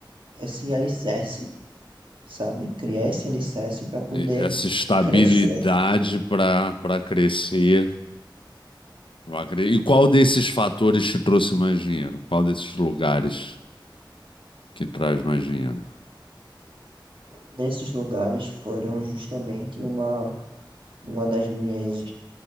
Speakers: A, on the right; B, on the left.
A: esse alicerce, sabe? Criar esse alicerce para poder
B: E Essa estabilidade
A: crescer.
B: para para crescer, vai cre- E qual desses fatores te trouxe mais dinheiro? Qual desses lugares que traz mais dinheiro?
A: Um desses lugares foram justamente uma, uma das minhas